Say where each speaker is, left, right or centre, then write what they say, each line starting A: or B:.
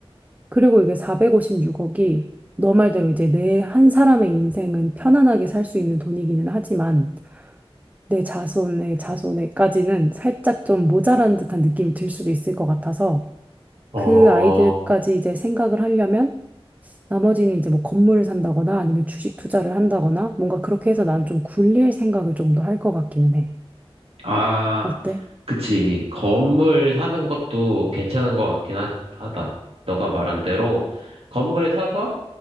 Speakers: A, on the right; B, on the right.
A: 그리고 이게 456억이 너 말대로 이제 내 한 사람의 인생은 편안하게 살 수 있는 돈이기는 하지만 내 자손의 자손에까지는 살짝 좀 모자란 듯한 느낌이 들 수도 있을 것 같아서
B: 어,
A: 그 아이들까지 이제 생각을 하려면 나머지는 이제 뭐 건물을 산다거나 아니면 주식 투자를 한다거나 뭔가 그렇게 해서 나는 좀 굴릴 생각을 좀 더 할 것 같기는 해.
B: 아,
A: 어때?
B: 그치. 건물 사는 것도 괜찮은 것 같긴 하, 하다. 너가 말한 대로 건물 사서